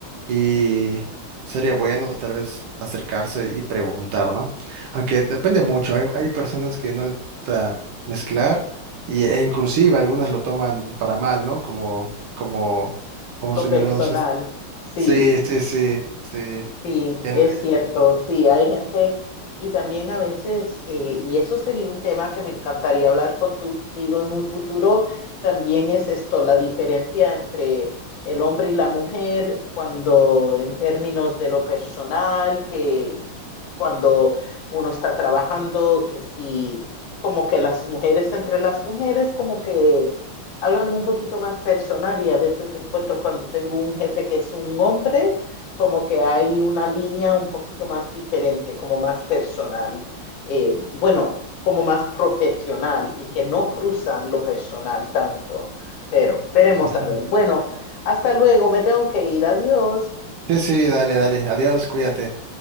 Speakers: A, on the right (about 75°); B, on the left (about 70°).
A: y sería bueno tal vez acercarse y preguntar, ¿no? Aunque depende mucho, hay, hay personas que no les gusta mezclar y, e inclusive algunas lo toman para mal, ¿no? Como, como como
B: Lo
A: sonidos
B: personal, sí.
A: Sí, sí, sí, sí.
B: Sí,
A: Bien,
B: es cierto, sí, hay gente y también a veces, eh, y eso sería un tema que me encantaría hablar contigo en un futuro, también es esto, la diferencia entre el hombre y la mujer cuando en términos de lo personal, que cuando uno está trabajando, que sí, como que las mujeres entre las mujeres, como que hablan un poquito más personal y a veces encuentro cuando tengo un jefe que es un hombre como que hay una línea un poquito más diferente, como más personal, eh, bueno, como más profesional y que no cruzan lo personal tanto, pero veremos
A: Ujú.
B: a ver. Bueno, hasta luego, me tengo que ir, adiós.
A: Sí, sí, dale, dale. Adiós, cuídate.